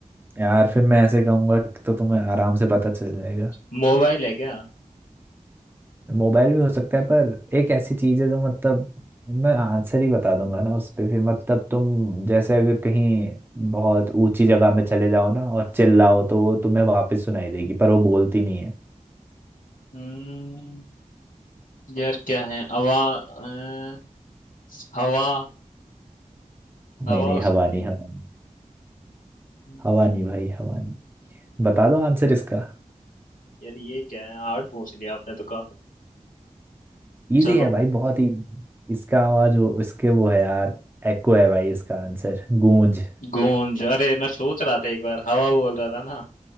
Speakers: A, on the right; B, on the left.
A: यार फिर मैं ऐसे कहूंगा तो तुम्हें आराम से पता चल जाएगा
B: मोबाइल है क्या
A: मोबाइल भी हो सकता है पर एक ऐसी चीज है जो मतलब मैं आंसर ही बता दूंगा ना उस पे फिर मतलब तुम जैसे अगर कहीं बहुत ऊंची जगह में चले जाओ ना और चिल्लाओ तो वो तुम्हें वापस सुनाई देगी पर वो बोलती नहीं है
B: हम्म यार क्या है हवा अ, हवा
A: नहीं
B: हवा
A: नहीं
B: हो सकती
A: हवा नहीं
B: है क्या
A: हवा नहीं
B: हम्म,
A: हवा नहीं भाई हवा नहीं बता दो आंसर इसका
B: यार ये क्या है हार्ड पूछ लिया आपने तो कहा
A: इजी
B: चलो
A: है भाई बहुत इजी इसका आवाज वो इसके वो है यार एको है भाई इसका आंसर गूंज
B: गूंज अरे मैं सोच रहा था एक बार हवा बोल रहा था ना